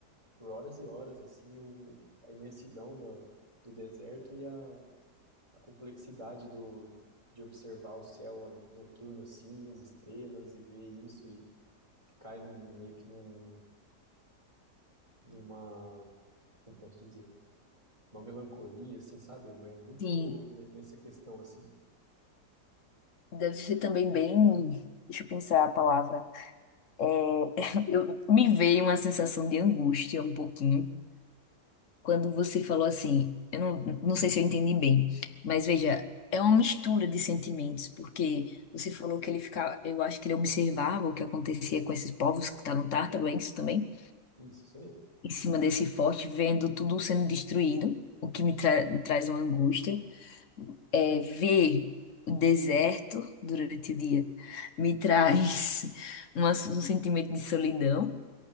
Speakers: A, on the right; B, on the left.
A: por horas e horas assim o, a imensidão do, do deserto e a, a complexidade do, de observar o céu noturno assim, as estrelas e ver isso e cai num, meio que num, numa, como posso dizer, uma melancolia assim, sabe? É é muito
B: sim.
A: ne- nessa questão assim.
B: Deve ser também bem. Deixa eu pensar a palavra. É, <laughs> Eu, me veio uma sensação de angústia um pouquinho quando você falou assim. Eu não, não sei se eu entendi bem, mas veja, é uma mistura de sentimentos, porque você falou que ele ficava. Eu acho que ele observava o que acontecia com esses povos que estavam tártaro, é isso também?
A: Isso, isso mesmo.
B: Em cima desse forte, vendo tudo sendo destruído, o que me, tra- me traz uma angústia. é, ver o deserto durante o dia me traz <laughs> uma- um sentimento de solidão,